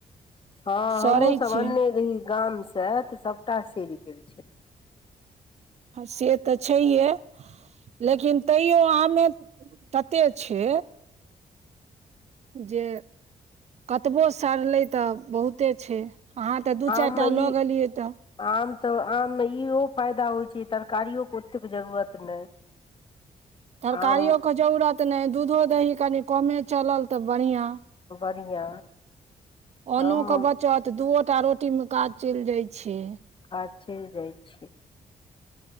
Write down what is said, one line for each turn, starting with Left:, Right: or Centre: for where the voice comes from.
Left: हँ
Right: सड़ै
Left: हमहूँसभ
Right: छै
Left: अन्ने रही गामसँ तऽ सभटा सड़ि गेल छलै।
Right: से तऽ छैहे। लेकिन तैयो आमे तते छै जे कतबो सड़ले तऽ बहुते छै। अहाँ तऽ दू
Left: आममे
Right: चारि टा लऽ
Left: ई
Right: गेलियै तऽ
Left: आम तऽ आममे ईहो फायदा होइ छै तरकारियोे ओतेक जरूरत नहि।
Right: तरकारियओे
Left: आम
Right: जरूरत नहि दूधो दही कनि कमे चलल तऽ बढ़िआँ।
Left: बढ़िआँ
Right: अनो
Left: आममे
Right: के बचत दुओ टा रोटीमे काज चलि जाइ छै।
Left: काज चलि जाइ छै।